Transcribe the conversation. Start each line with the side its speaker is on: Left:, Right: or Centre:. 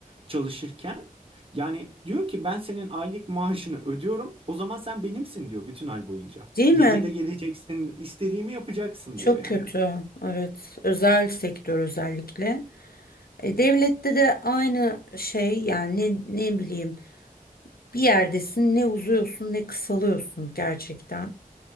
Right: çalışırken. Yani diyor ki ben senin aylık maaşını ödüyorum. O zaman sen benimsin diyor bütün ay boyunca.
Left: Değil mi?
Right: Gece de geleceksin, istediğimi yapacaksın
Left: Çok
Right: diyor yani.
Left: kötü. Evet. Özel sektör özellikle. E, devlette de aynı şey yani ne, ne bileyim bir yerdesin ne uzuyorsun ne kısalıyorsun gerçekten.